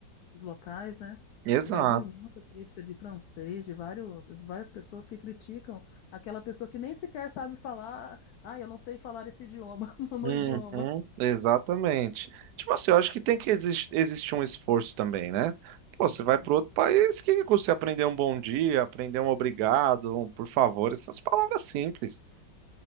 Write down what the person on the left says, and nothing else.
os locais, né?
Eu já ouvi muita crítica de francês, de vários, de várias pessoas que criticam aquela pessoa que nem sequer sabe falar, ah, eu não sei falar esse idioma, <laughs> no no
idioma.
Sim.